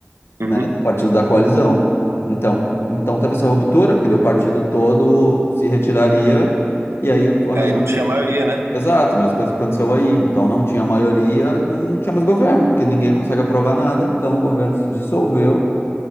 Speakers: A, on the right (about 85°); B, on the left (about 65°).
A: uhum.
B: né, do partido da coalizão. Então, co- então teve essa ruptura, porque daí o partido todo se retiraria, e aí a
A: É,
B: mesma
A: Aí não
B: coisa.
A: tinha maioria,
B: que-
A: né?
B: Exato, a mesma coisa que aconteceu aí. Então não tinha maioria, não tinha mais governo, porque ninguém consegue aprovar nada. Então o governo se dissolveu.